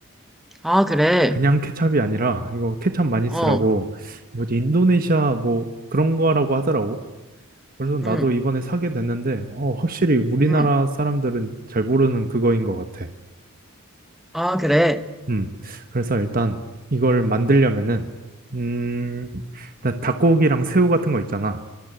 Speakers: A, in the centre; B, on the right.
A: 아, 그래.
B: 그냥 케찹이 아니라 이거 케찹 많이 쓰라고
A: 어,
B: 뭐지 인도네시아 뭐 그런 거라고 하더라고. 그래서 나도
A: 응,
B: 이번에 사게 됐는데 어, 확실히 우리나라
A: 응.
B: 사람들은 잘 모르는 그거인 것 같아.
A: 아, 그래.
B: 음, 그래서 일단 이걸 만들려면은, 음, 일단 닭고기랑 새우 같은 거 있잖아.